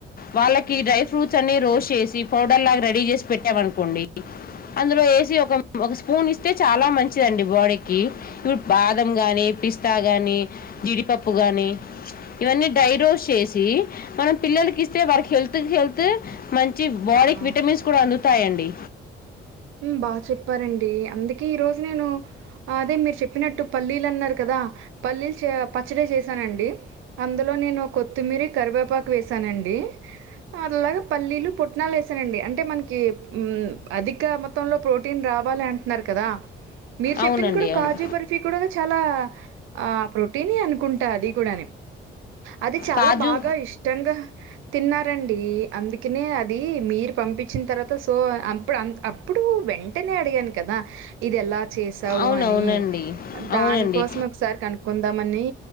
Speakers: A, on the left; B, on the right.
A: వాళ్ళకి డ్రై ఫ్రూట్స్ అన్ని రోస్ట్ చేసి పౌడర్ లాగా రెడీ చేసి పెట్టామనుకోండి అందులో వేసి ఒక ఒక స్పూన్ ఇస్తే చాలా మంచిదండి బాడీకి ఇప్పుడు బాదం గాని పిస్తా గాని జిడిపప్పు గాని ఇవన్నీ డ్రై రోస్ చేసి మనం పిల్లలకి ఇస్తే వాళ్కి హెల్త్ క్ హెల్త్ మం చి బాడీకి
B: ఆ
A: విటమిన్స్ కూడా అందుతాయండి
B: మ్ బాగా చెప్పారండి అందుకే ఈ రోజ్ నేను అదే మీరు చెప్పినట్టు పల్లి అన్నారు కదా పల్లి చే ప చ్చడే చేసానండి అందులో నేను కొత్తిమీరి కరివేపాకు వేసానండి అలాగా పల్లీలు పుట్నాలు వేసానండి అంటే మనకి మ్ అది ఇంకా మొత్తంలో ప్రోటీన్ రావాలి అంటున్నారు కదా మీరు చెప్పింది
A: అవునండి
B: కూడా
A: అవును
B: కాజు బర్ఫి కూడా చాలా ఆ ప్రోటీన్ ఏ అన్ కుంటా అది కూడా అది చాలా
A: కాజు
B: బాగా ఇష్టంగా తిన్నారం అందుకనే అది మీరు పంపించిన తర్వాత సో అప్పుడు అన్ అప్ అప్పుడు వెంటనే అడిగాను కదా ఇది ఎలా చేసావు
A: అవునవునండి
B: అని దానికోసం
A: అవునండి
B: ఒకసారి కనుకుందామని